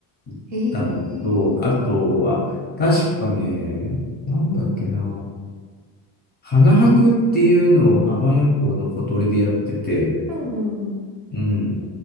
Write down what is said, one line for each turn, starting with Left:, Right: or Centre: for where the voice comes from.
Left: 行ったのと、
Right: ええ、
Left: あとは、確かね、なんだっけな、花博っていうのを浜名湖のほとりでやってて、
Right: ほうほうほう。
Left: うん。